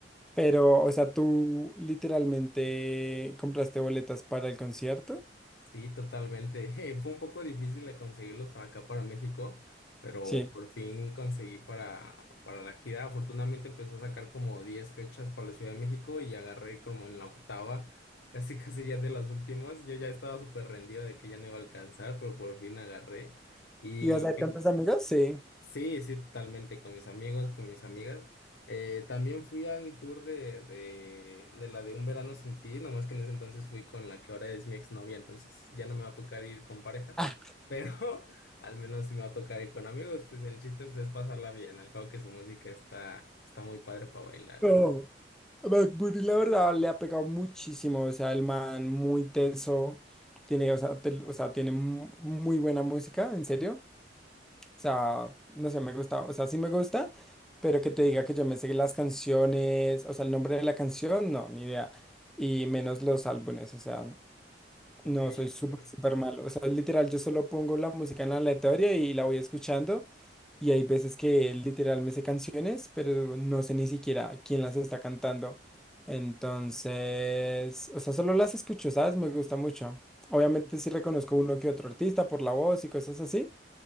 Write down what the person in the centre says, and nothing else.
Pero, o sea, tú literalmente compraste boletas para el concierto.
Sí.
¿Y vas a ver tantas amigas? Sí.
<laughs> Ah,
No,
McBurney, la verdad, le ha pegado muchísimo. O sea, el man muy teso. Tiene, o sea, te- o sea, tiene mu- muy buena música, en serio. O sea, no sé, me gusta. O sea, sí me gusta, pero que te diga que yo me sé las canciones, o sea, el nombre de la canción, no, ni idea. Y menos los álbumes, o sea.
No, soy
súper, súper malo. O sea, literal, yo solo pongo la música en la aleatoria y la voy escuchando. Y hay veces que literal me sé canciones, pero no sé ni siquiera quién las está cantando. Entonces, o sea, solo las escucho, ¿sabes? Me gusta mucho. Obviamente sí reconozco uno que otro artista por la voz y cosas así